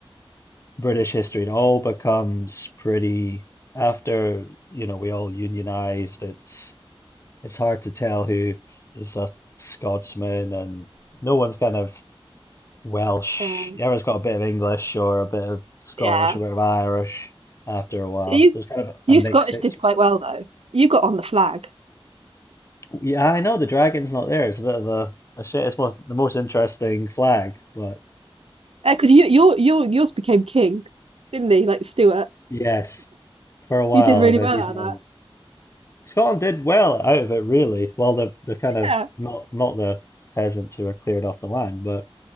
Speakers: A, on the left; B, on the right.
A: British history. It all becomes pretty after, you know, we all unionized. It's it's hard to tell who is a Scotsman and no one's kind of Welsh.
B: Yeah.
A: Everyone's got a bit of English or a bit of Scottish,
B: Yeah.
A: a bit of Irish after a while.
B: You
A: So it's kind of a
B: you
A: mixed
B: Scottish
A: history.
B: did quite well though. You got on the flag.
A: Yeah, I know the dragon's not there. It's a bit of a, a shit. It's more, the most interesting flag, but
B: because you your your yours became king, didn't he? Like Stuart.
A: yes, for a while,
B: You did really
A: and then
B: well
A: he's
B: out
A: not.
B: of that.
A: Scotland did well out of it, really. Well, the the kind of
B: Yeah.
A: not not the peasants who were cleared off the land, but